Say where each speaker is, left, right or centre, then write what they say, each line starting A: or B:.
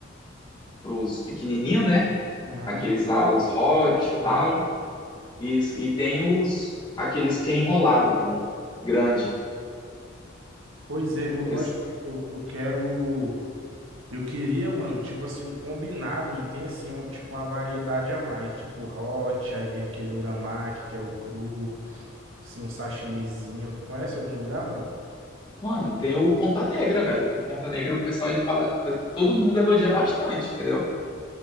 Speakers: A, on the left; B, on the right.
A: pros pequenininhos, né?
B: Aham.
A: Aqueles lá, os hot
B: Hot,
A: e tal.
B: hot.
A: Isso. E tem os aqueles que é enrolado, pô. Grande.
B: Pois é,
A: É
B: eu
A: co-
B: gosto.
A: es-
B: Eu, eu quero. Eu queria, mano, tipo assim, um combinado, não tem assim, um, tipo uma variedade a mais, tipo hot, aí vem aquele uramaki, que é o cru, assim, um sashimizinho. Tu conhece algum lugar, mano?
A: Mano, tem o Ponta Negra, velho. Que o Ponta Negra, o pessoal, ele fala. Todo mundo elogia bastante, entendeu?